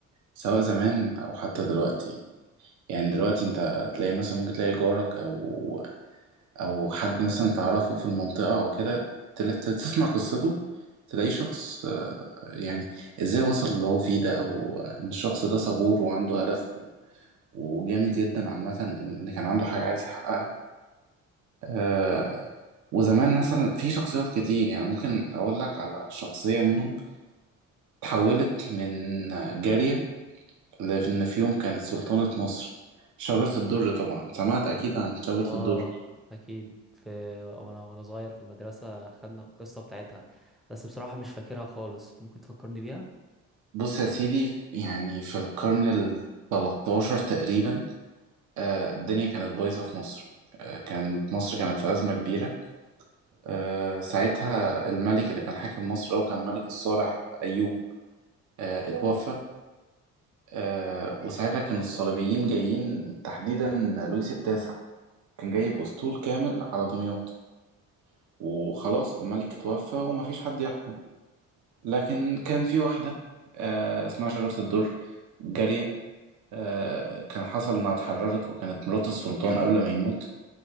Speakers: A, on the right; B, in the centre.
A: سواء زمان أو حتى دلوقتي يعني دلوقتي أنت تلاقي مثلا ممكن تلاقي جارك أو أو حد مثلا تعرفه في المنطقة أو كده تل- ت- تسمع قصته تلاقي شخص آه، يعني إزاي وصل اللي هو فيه ده أو آه، إن الشخص ده صبور وعنده هدف و- وجامد جدا عامة إن إن كان عنده حاجة عايز يحققها آه وزمان مثلا في شخصيات كتير يعني ممكن أقول لك على شخصية منهم تحولت من جارية لأن في يوم كانت سلطانة مصر شجرة الدر طبعا سمعت أكيد عن شجرة
B: آه
A: الدر
B: أكيد في وأنا وأنا صغير في المدرسة خدنا القصة بتاعتها بس بصراحة مش فاكرها خالص ممكن تفكرني بيها؟
A: بص يا سيدي يعني في القرن ال 13 تقريبا آه الدنيا كانت بايظة في مصر آه كانت مصر كانت في أزمة كبيرة آه ساعتها الملك اللي كان حاكم مصر هو كان الملك الصالح أيوب آه اتوفى آه وساعتها كان الصليبيين جايين تحديدا لويس التاسع كان جايب أسطول كامل على دمياط وخلاص الملك توفى ومفيش حد يحكم لكن كان في واحدة آه اسمها شجرة الدر جارية آه كان حصل إنها اتحررت وكانت مرات السلطان قبل ما يموت